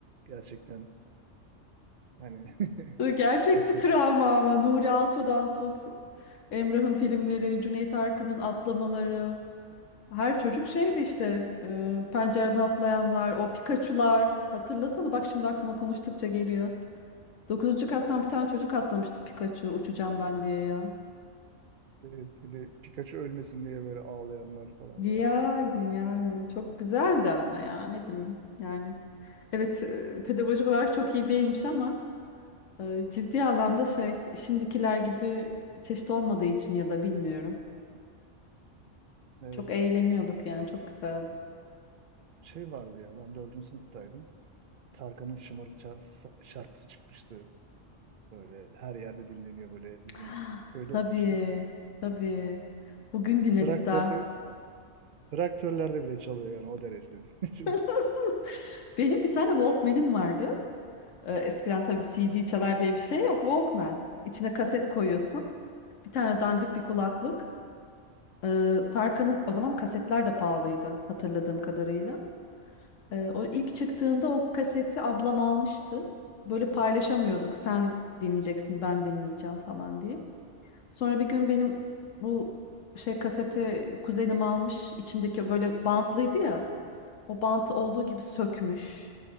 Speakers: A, on the right; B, on the left.
A: gerçekten hani <laughs>
B: Gerçek
A: çok
B: bir
A: kötü.
B: travma ama Nuri Alço'dan tut. Emrah'ın filmleri, Cüneyt Arkın'ın atlamaları. Her çocuk şeydi işte e, pencereden atlayanlar, o Pikachu'lar. Hatırlasana bak şimdi aklıma konuştukça geliyor. Dokuzuncu kattan
A: Evet.
B: bir tane çocuk atlamıştı Pikachu uçacağım ben diye ya.
A: Evet, bir de Pikachu ölmesin diye böyle ağlayanlar falan
B: Yani
A: var.
B: yani çok güzeldi ama ya ne bileyim yani. Evet e, pedagojik olarak çok iyi değilmiş ama e, ciddi anlamda şey şimdikiler gibi çeşit olmadığı için ya da bilmiyorum.
A: Evet.
B: Çok eğleniyorduk yani çok güzeldi.
A: Şey vardı ya ben dördüncü sınıftaydım. Tarkan'ın Şımarık Ça- şarkısı çıkmıştı. Böyle her yerde dinleniyor böyle bizim
B: <gasps> Ah,
A: köyde
B: Tabii,
A: okumuştum.
B: tabii. Bugün dinledik
A: Traktörde
B: daha.
A: traktörlerde bile çalıyor yani o derece. <laughs> Düşün.
B: <laughs> Benim bir tane Walkman'im vardı. Ee, eskiden tabii CD çalar diye bir şey yok. Walkman. İçine kaset koyuyorsun. Bir tane dandik bir kulaklık. Ee, Tarkan'ın o zaman kasetler de pahalıydı hatırladığım kadarıyla. Ee, o ilk çıktığında o kaseti ablam almıştı. Böyle paylaşamıyorduk. Sen dinleyeceksin, ben dinleyeceğim falan diye. Sonra bir gün benim bu şey kaseti kuzenim almış. içindeki böyle bantlıydı ya. O bantı olduğu gibi sökmüş.